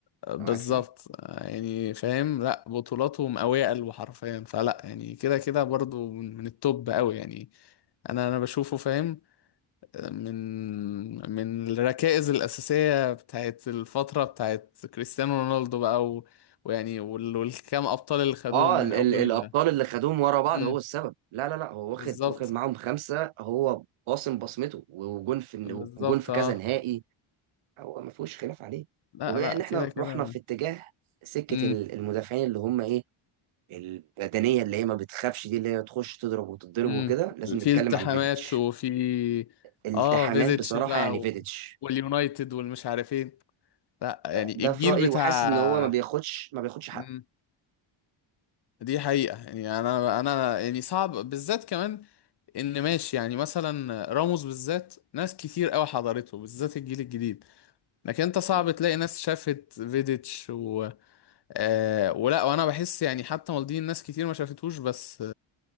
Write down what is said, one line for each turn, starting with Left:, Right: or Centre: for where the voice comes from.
Left: بالظبط
Right: أنا معاك في دي
Left: يعني فاهم لا بطولاته مقويه قلبه حرفيا فلا يعني كده كده برضه من من التوب قوي يعني انا انا بشوفه فاهم من من الركائز الاساسيه بتاعت الفتره بتاعت كريستيانو رونالدو بقى و... ويعني وال- والكام ابطال اللي خدوهم
Right: أه ال
Left: من اول
Right: ال الأبطال اللي خدوهم ورا بعض
Left: امم
Right: هو السبب لا لا لا هو واخد
Left: بالظبط
Right: واخد معاهم خمسة هو قاسم بصمته وجون في
Left: بالظبط
Right: وجون في
Left: اه
Right: كذا نهائي هو ما فيهوش خلاف عليه
Left: لا
Right: وبما
Left: لا
Right: إن إحنا
Left: كده كده
Right: رحنا في اتجاه سكة
Left: امم
Right: ال- المدافعين اللي هم إيه البدنيه اللي هي ما بتخافش دي اللي هي تخش تضرب وتتضرب
Left: امم
Right: وكده لازم
Left: في
Right: نتكلم
Left: التحامات
Right: عن فيديتش
Left: وفي
Right: التحامات
Left: اه فيزيتش
Right: بصراحه
Left: بقى
Right: يعني فيديتش
Left: و... واليونايتد والمش عارفين لا يعني
Right: ده ده
Left: الجيل
Right: في رايي
Left: بتاع
Right: وحاسس ان هو ما بياخدش ما بياخدش حقه
Left: امم دي حقيقة يعني انا انا يعني صعب بالذات كمان ان ماشي يعني مثلا راموس بالذات ناس كتير قوي حضرته بالذات الجيل الجديد لكن انت صعب
Right: حقيقي.
Left: تلاقي ناس شافت فيديتش و... آه ولا وانا بحس يعني حتى مالديني ناس كتير ما شافتوش بس